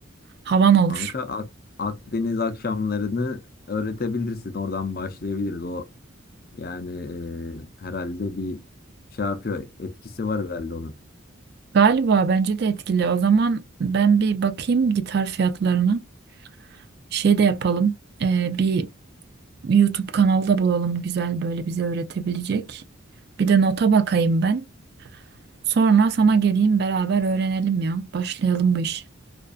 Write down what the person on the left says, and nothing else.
Kanka Ak- Akdeniz akşamlarını öğretebilirsin. Oradan başlayabiliriz. O yani e, herhalde bir şey yapıyor. Etkisi var herhalde onun.